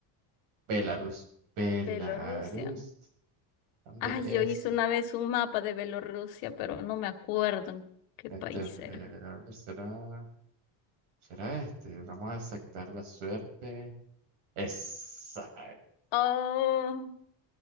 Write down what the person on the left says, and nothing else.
Bielorrusia.
Ay,
yo hice una vez un mapa de Bielorrusia, pero no me acuerdo en qué
país era.
Oh,